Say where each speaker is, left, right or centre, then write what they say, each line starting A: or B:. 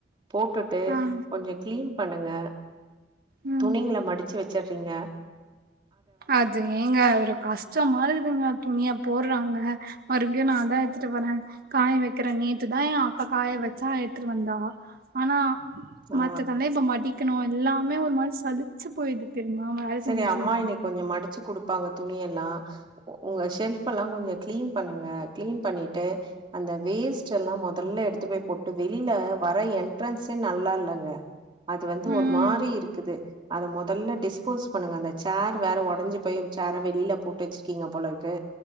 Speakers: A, on the right; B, on the right.
A: போட்டுட்டு
B: ஆ
A: கொஞ்சோ கிளீன் பண்ணுங்க
B: ம்
A: துணிங்கல மடிச்சி வச்சிர்றீங்க
B: அது ஏங்க ஒரு கஷ்டமா இருகுதுங்க துணிய போட்றாங்க மறுபடியு நாந்தா எடுத்துட்டு வரே காய வக்கிறே நேத்துதா ஏ அக்கா காய வச்சா எடுத்துட்டு வந்தா ஆனா
A: ஆ
B: மத்ததல்ல இப்ப மடிக்கணு எல்லாமே ஒரு மாரி சளிச்சி போயிடுது தெரியுமா வேல
A: செரி
B: செஞ்சு
A: அம்மா இன்னைக் கொஞ்சோ மடிச்சி குடுப்பாங்க துணியெல்லா உங்க ஷெல்ஃபெல்லா கொஞ்சோ கிளீன் பண்ணுங்க கிளீன் பண்ணிட்டு அந்த வேஸ்ட்டெல்லா மொதல்ல எடுத்து போய் கொட்டு வெளில வர என்ட்ரன்ஸே நல்லால்லங்க அது வந்து ஒர்
B: ம்
A: மாறி இருக்குது அத முதல்ல டிஸ்போஸ் பண்ணுங்க அந்த சேர் வேற உடஞ்சிப்பெய் சேற வெளில போட்டு வச்சிருக்கீங்க போலர்க்கு